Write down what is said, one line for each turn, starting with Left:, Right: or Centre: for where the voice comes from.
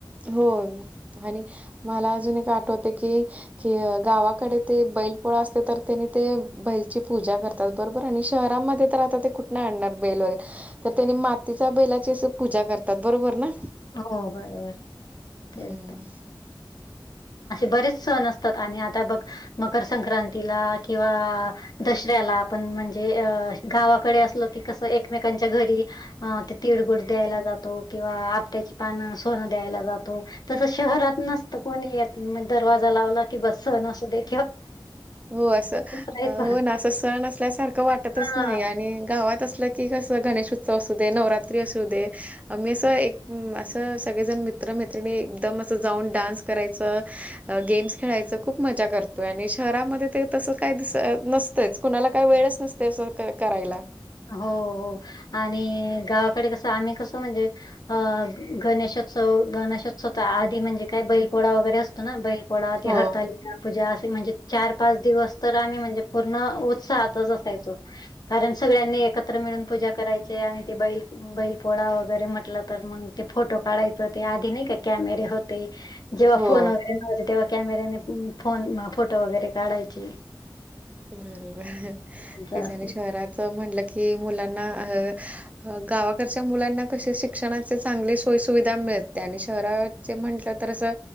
Right: हो, आणि मला अजून एक आठवत की. कि गावाकडे ते बैल पोळा असते तर त्यानी ते बैलची पूजा करतात. बरोबर आणि शहरामध्ये तर आता ते कुठन आणणार बैल वगैरे. तर त्यांनी मातीच्या बैलाची अस पूजा करतात बरोबर ना.
Left: हो बरोबर, तेच.
Right: हम्म
Left: बरेच सण असतात आणि आता बघ मकर संक्रांतीला किंवा दसऱ्याला. पण म्हणजे अ गावाकडे असलो की कसं एकमेकांच्या घरी. अ ते तिळगुळ द्यायला जातो किंवा. आपट्याची पानं सोनं द्यायला जातो तस शहरात नसतं कोणी येत. मग दरवाजा लावला की सण असूदे.
Right: हो अस
Left: राहायचं
Right: हो ना अस सण असल्यासारखं वाटतच नाही
Left: हां.
Right: आणि गावात अस. ती कस गणेशोत्सव असू दे नवरात्री असू दे. मी असं एक असं सगळेजण मित्रमैत्रिणी एकदम असं जाऊन डान्स करायचं. गेम्स खेळायचं खूप मजा करतोय आणि शहरामध्ये ते तसं काही दिस नसतंच कुणाला काही वेळच नसते असं करायला
Left: हो हो आणि गावाकडे कसं आम्ही कसं म्हणजे अ गणेशो स गणेशोत्सव आधी म्हणजे काय बैलपोळा वगैरे असतो ना बैलपोळा
Right: हो
Left: ती हरतालीका पूजा असे म्हणजे चार पाच दिवस तर आम्ही म्हणजे पूर्ण उत्साहातच असायचो कारण सगळ्यांनी एकत्र मिळून पूजा करायची आणि ती बैल बैल पोळा वगैरे म्हटलं तर मग ते फोटो काढायच आधी नाही का ते कॅमेरे होते जेव्हा
Right: हो.
Left: फोन वगैरे नव्हते तेव्हा कॅमेऱ्याने फोन फोटो वगैरे काढायचे
Right: बरोबर
Left: त्यांचं
Right: ते झालं
Left: असेल.
Right: शहरच म्हटलं की मुलांना अ अ गावाकडच्या मुलांना कसे शिक्षणाचे चांगली सोयी सुुविधा मिळते आणि शहरात जे म्हंटलं तर असं